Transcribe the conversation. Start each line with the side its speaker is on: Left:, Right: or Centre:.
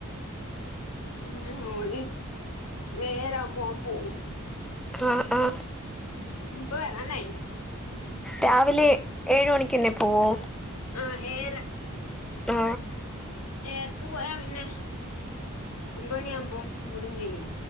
Left: പിന്നെ ഓന് നേരാവുമ്പ ഓൻ പോവും
Centre: ആ ആ
Left: ഇനി ഇപ്പവാരനായി
Centre: രാവിലെ ഏഴ് മണിക്കന്നെ പോവോ
Left: ആ ഏഴ് അര
Centre: ആ
Left: ഏരക്ക് പോയാ പിന്നെ ഒമ്പ മണി ആകുമ്പോ വിടും ചെയ്യും